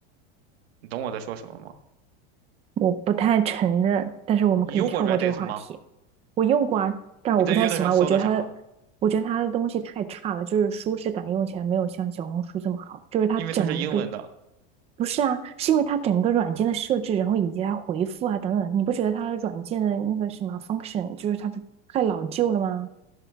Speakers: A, on the right (about 85°); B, on the right (about 20°).
A: 你懂我在说什么吗？
B: 我不太承认，但是我们可以跳过这个话题。
A: 你用过 Reddit 吗？
B: 我用过啊，但我不太喜欢，
A: 你在 Reddit 上搜的啥？
B: 我觉得它我觉得它的东西太差了，就是舒适感用起来没有像小红书这么好，就是它整一个，
A: 因为它是英文的，
B: 不是啊，是因为它整个软件的设置，然后以及它回复啊等等，你不觉得它的软件的那个什么 function，就是它的太老旧了吗？